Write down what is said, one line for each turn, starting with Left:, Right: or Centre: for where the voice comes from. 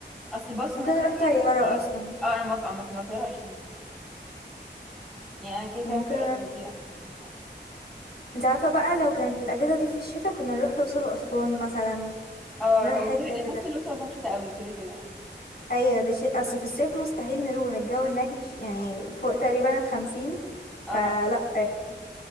Centre: اصل باص
Left: ممكن
Centre: مثلا
Left: نروح طيارة
Centre: حاسة
Left: اصلا
Centre: اه انا موافقة عامة لو طيارة قشطة يعني انا كده كده
Left: وممكن
Centre: الطيارة
Left: نروح...
Centre: بالنسبة لي احسن يعني حاجة
Left: انت عارفة بقى لو كانت الاجازة دي في الشتاء كنا نروح الأقصر وأسوان مثلا
Centre: اه
Left: نروح
Centre: هو
Left: حتة
Centre: كده
Left: كده
Centre: احس الأسرة عشان شتا قوي كده كده يعني
Left: ايوه ده شيء اصل في الصيف مستحيل نروح الجو هناك مش يعني فوق تقريبا الخمسين فلا
Centre: اه
Left: يعني.